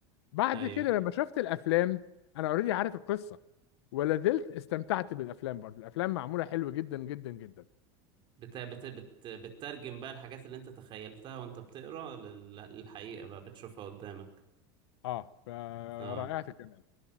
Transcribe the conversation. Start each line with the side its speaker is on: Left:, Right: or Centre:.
Left: بعد
Right: ايوه
Left: كده لما شفت الافلام انا اوريدي عارف القصه ولا زلت استمتعت بالافلام برضه الافلام معموله حلو جدا جدا جدا
Right: بت... بت... بت... بتترجم بقى الحاجات اللي انت تخيلتها وانت بتقرا لل... للحقيقه بقى بتشوفها قدامك
Left: اه فرائعة
Right: اه
Left: الجمال